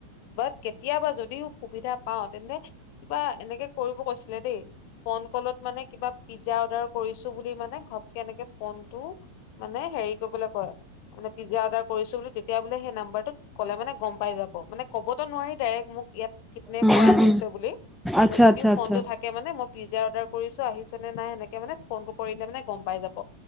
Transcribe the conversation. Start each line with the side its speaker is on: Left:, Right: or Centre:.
Left: বাত, কেতিয়াবা যদিও সুবিধা পাওঁ, তেন্তে কিবা এনেকে কৰিব কৈছিলে দেই? ফোন কলত মানে কিবা পিজ্জা অৰ্ডাৰ কৰিছোঁ বুলি, মানে ঘপকে এনেকে ফোনটো মানে হেৰি কৰিবলৈ কয়, পিজ্জা অৰ্ডাৰ কৰিছো বুলি তেতিয়া বোলে সেই নাম্বাৰটো কলে মানে গম পাই যাব, মানে ক'বতো নোৱাৰি ডাইৰেক্ট মোক ইয়াত নেপ
Centre: উম
Left: কৰা
Centre: উম
Left: হৈছে
Centre: উম
Left: বুলি,
Centre: আচ্ছা
Left: মানে যদিও
Centre: আচ্ছা
Left: ফোনটো
Centre: আচ্ছা
Left: থাকে মানে মই পিজ্জা অৰ্ডাৰ কৰিছো আহিছে নে নাই? সেনেকে মানে, ফোনটো কৰিলে মানে গম পাই যাব।